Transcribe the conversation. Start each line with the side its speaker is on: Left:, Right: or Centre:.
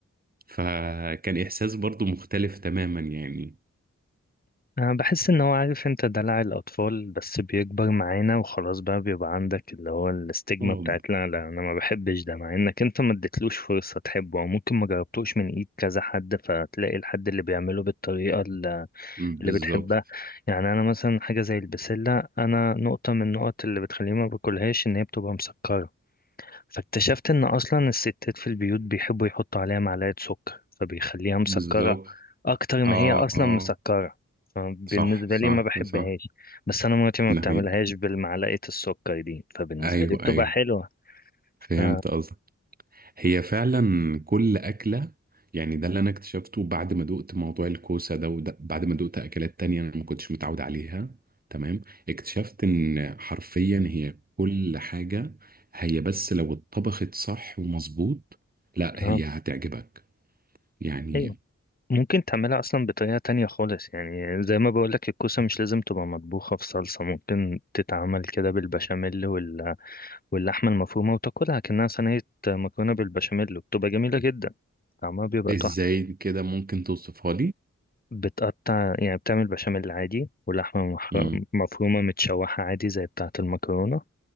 Right: فكان احساس برضو مختلف تماما يعني
Left: أنا بحس إن هو عارف أنت دلع الأطفال بس بيكبر معانا وخلاص بقى بيبقى عندك اللي هو الاستجمة
Right: اه
Left: بتاعت
Right: ب-
Left: لا لا أنا ما بحبش ده مع إنك أنت ما اديتلوش فرصة تحبه أو ممكن ما جربتوش من إيد كذا حد فتلاقي الحد اللي بيعمله بالطريقة ال-
Right: بالظبط
Left: اللي بتحبها يعني أنا مثلا حاجة زي البسلة أنا نقطة من النقط اللي بتخليني ما باكلهاش إن هي بتبقى مسكرة فاكتشفت ان اصلا الستات في البيوت بيحبوا يحطوا عليها معلقة سكر فبيخليها مسكرة
Right: بالظبط
Left: اكتر ما
Right: اه
Left: هي اصلا
Right: اه
Left: مسكرة فبالنسبة
Right: صح صح
Left: لي ما بحبهاش
Right: صح
Left: بس انا مراتي ما
Right: نهي
Left: بتعملهاش بالمعلقة السكر دي فبالنسبة
Right: ايوه
Left: لي بتبقى
Right: ايوه
Left: حلوة
Right: فهمت
Left: ف...
Right: قصدك هي فعلا كل اكله يعني ده اللي انا اكتشفته بعد ما دقت موضوع الكوسه ده وده بعد ما دقت اكلات تانية انا ما كنتش متعود عليها تمام اكتشفت ان حرفيا هي كل حاجه هي بس لو اتطبخت صح ومظبوط لا
Left: اه
Right: هي هتعجبك يعني
Left: ايوه ممكن تعملها اصلا بطريقة تانية خالص يعني زي ما بقولك الكوسة مش لازم تبقى مطبوخة في صلصة ممكن تتعمل كده بالبشاميل وال... واللحمة المفرومة وتاكلها كأنها صينية مكرونة بالبشاميل وبتبقى جميلة جدا طعمها بيبقى
Right: ازاي
Left: تحفة
Right: كده ممكن توصفها
Left: بتقطع يعني بتعمل بشاميل عادي ولحمة مح-
Right: لي
Left: مفرومة متشوحة عادي زي بتاعة المكرونة